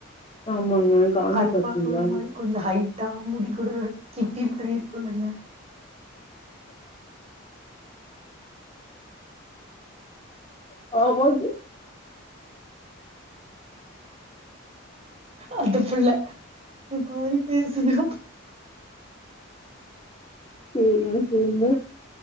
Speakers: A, on the left; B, on the right.
A: ஆமாங்க காந்தி
B: கருப்பா
A: பார்க்குங்களா
B: ஒரு மாரி கொஞ்சோ ஹைட்டா முடி கூட கிப்பி மாரி இருக்கும்லங்க
A: ஆமாங்க
B: அந்த புள்ள ஒரு மாரி பேசுதா
A: செரிங்க செரிங்க